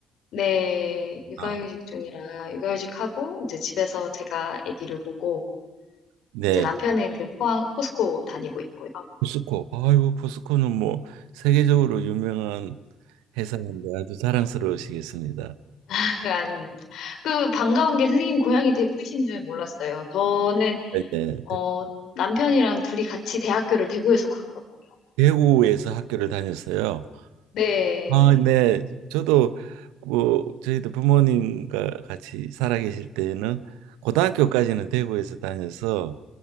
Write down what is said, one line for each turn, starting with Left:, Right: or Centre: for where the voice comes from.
Left: 네, 육아휴직
Right: 아,
Left: 중이라 육아휴직하고 이제 집에서 제가 아기를 보고
Right: 네.
Left: 이제 남편은 그 포항 포스코 다니고 있고요.
Right: 포스코. 아유, 포스코는 뭐 세계적으로 유명한 회사인데 아주 자랑스러우시겠습니다.
Left: <laughs> 그거 아닙니다. 그 반가운 게 선생님 고향이 대구이신 줄 몰랐어요. 저는
Right: 네, 네.
Left: 어 남편이랑 둘이 같이 대학교를 대구에서 나왔거든요.
Right: 대구에서 학교를 다녔어요.
Left: 네.
Right: 아, 네. 저도 그 저희도 부모님과 같이 살아 계실 때는 고등학교까지는 대구에서 다녀서